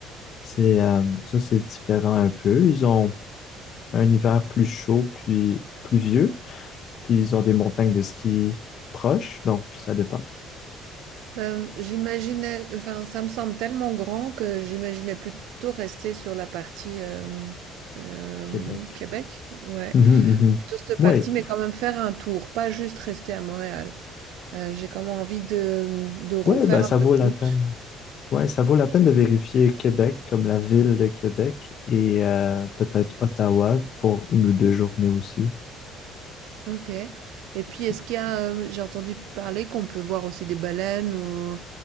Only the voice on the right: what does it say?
Ben, j'imaginais, enfin, ça me semble tellement grand que j'imaginais plutôt rester sur la partie euh, euh,
Québec. Ouais,
plutôt cette
partie, mais quand même faire un tour, pas juste rester à Montréal. Euh, j'ai comme envie de, de re-
faire
un peu
de
route.
OK. Et puis
est-ce qu'il y a, heu, j'ai entendu parler qu'on peut voir aussi des baleines ou,